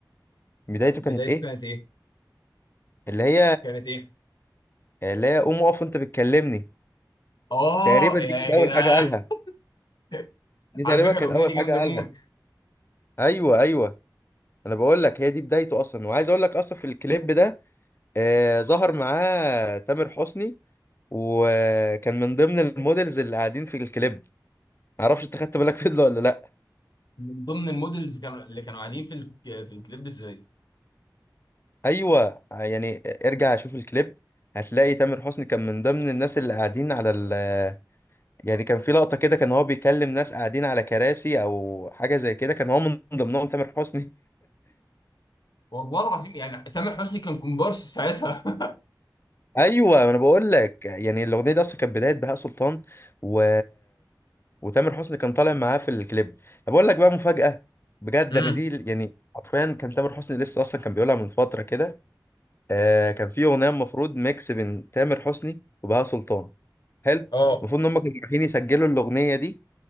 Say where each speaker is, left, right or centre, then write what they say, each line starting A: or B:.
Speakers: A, on the left; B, on the left.
A: بدايته كانت
B: بدايته
A: ايه
B: كانت إيه؟
A: اللي هي
B: كانت إيه؟
A: اللي هي قوم اقف انت بتكلمني
B: آه
A: تقريبا
B: يا
A: دي كانت
B: جدعان
A: اول حاجه قالها
B: <laughs>
A: دي
B: على
A: تقريبا
B: فكرة
A: كانت
B: الأغنية
A: اول
B: دي جامدة
A: حاجه
B: موت
A: قالها ايوه ايوه انا بقول لك هي دي بدايته اصلا وعايز اقول لك اصلا في الكليب ده آه ظهر معاه تامر حسني وكان من ضمن المودلز اللي قاعدين في الكليب معرفش انت خدت بالك فيديو ولا لا
B: من ضمن المودلز كانوا اللي كانوا قاعدين في ال- في الكليب ازاي
A: ايوه يعني ارجع شوف الكليب هتلاقي تامر حسني كان من ضمن الناس اللي قاعدين على ال يعني كان في لقطة كده كان هو بيكلم ناس قاعدين على كراسي او حاجة زي كده كان هو من ضمنهم تامر حسني
B: والله العظيم يعني تامر حسني كان كومبارس ساعتها <laughs>
A: <laughs> ايوه ما انا بقول لك يعني الاغنية دي اصلا كانت بداية بهاء سلطان و وتامر حسني كان طالع معاه في الكليب طب اقول لك بقى مفاجأة بجد
B: امم
A: انا دي يعني حرفيا كان تامر حسني لسه اصلا كان بيقولها من فترة كده آه كان في اغنية المفروض ميكس بين تامر حسني وبهاء سلطان حلو
B: اه
A: المفروض ان هم كانوا رايحين يسجلوا الاغنية دي